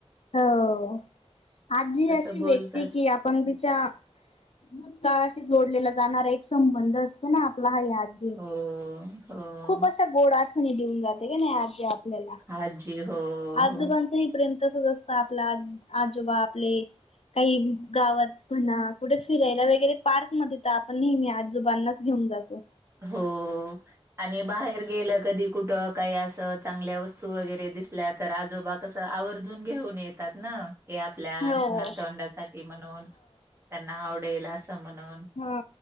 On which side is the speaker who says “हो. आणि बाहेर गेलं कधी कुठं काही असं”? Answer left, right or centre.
Right